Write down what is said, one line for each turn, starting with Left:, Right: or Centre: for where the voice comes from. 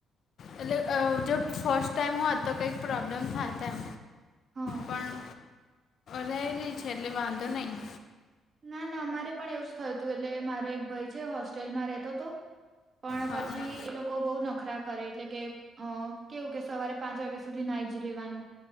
Left: એટલે અ જો ફર્સ્ટ ટાઈમ હોત તો કઈક પ્રોબ્લેમ થાય ત એમ.
Right: હા
Left: પણ રહેલી છે એટલે વાંધો નહી.
Right: ના ના અમારે પણ એવું જ થયું તું એટલે મારો એક ભઈ છે. હોસ્ટેલમાં રહેતો તો. પણ
Left: હા
Right: પછી
Left: હા
Right: એ લોક કો બહુ નખરા કરે એટલે કે અ કેવું કે સવારે પાંચ વાગ્યા સુધી નાઈ જ લેવાનું.